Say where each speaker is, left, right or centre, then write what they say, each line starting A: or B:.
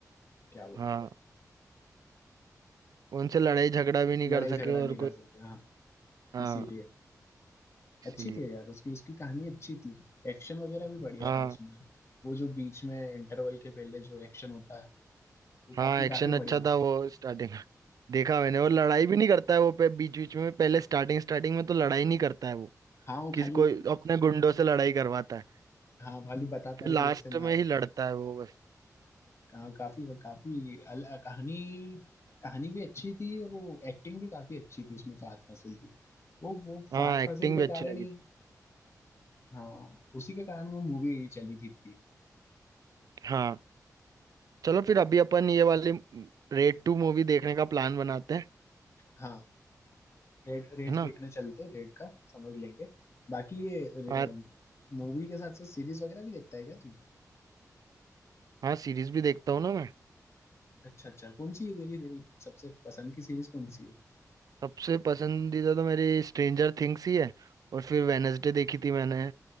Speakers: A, on the left; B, on the right.
A: क्या बोलते
B: हाँ
A: हैं
B: उनसे लड़ाई झगड़ा भी नहीं
A: लड़ाई
B: कर
A: झगड़ा
B: सके
A: नहीं
B: और
A: कर
B: कोई
A: सके हाँ
B: हाँ
A: इसीलिए
B: इसीलिए
A: अच्छी थी यार उसकी उसकी कहानी अच्छी थी एक्शन वगैरह भी बढ़िया
B: हाँ
A: था उसमें वो जो बीच में इंटरवल के पहले जो एक्शन होता है वो
B: हाँ
A: काफी
B: एक्शन
A: काफी
B: अच्छा
A: बढ़िया था
B: था वो स्टार्टिंग देखा मैंने और लड़ाई भी नहीं करता है वो पे बीच बीच में पहले स्टार्टिंग स्टार्टिंग में तो लड़ाई नहीं करता है वो
A: हाँ वो
B: किसी
A: खाली
B: कोई अपने गुंडों से लड़ाई करवाता है
A: हाँ खाली बताता
B: फिर
A: है
B: लास्ट
A: कि ऐसे मार
B: में ही लड़ता है वो बस
A: कहाँ काफी काफी अल, कहानी कहानी भी अच्छी थी और वो एक्टिंग भी काफी अच्छी थी उसमें फहद फासिल की वो वो
B: हाँ
A: फहद
B: एक्टिंग
A: फासिल के
B: भी अच्छी
A: कारण
B: लगी
A: ही हाँ उसी के कारण वो मूवी चली थी इतनी
B: हाँ चलो फिर अभी अपन ये वाली रेड टू मूवी देखने का प्लान बनाते हैं
A: हाँ रेट रेट
B: है ना
A: देखने चलते रेट का समझ लेंगे बाकी ये
B: और
A: मूवी के साथ साथ सीरीज वगैरह भी देखता है क्या तू
B: हाँ सीरीज भी देखता हूँ ना मैं
A: अच्छा अच्छा कौन सी है तेरी तेरी सबसे पसंद की सीरीज कौन सी है
B: सबसे पसंदीदा तो मेरी स्ट्रेंजर थिंग्स ही है और फिर वेनसडे देखी थी मैंने